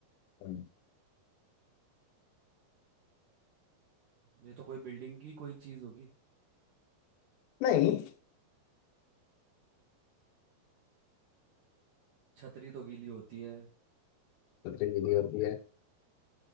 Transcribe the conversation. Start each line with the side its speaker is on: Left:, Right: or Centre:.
Left: हम्म।
Right: ये तो कोई बिल्डिंग की कोई चीज होगी
Left: नहीं
Right: छतरी तो गीली होती है <laughs>
Left: सोचो गीली होती है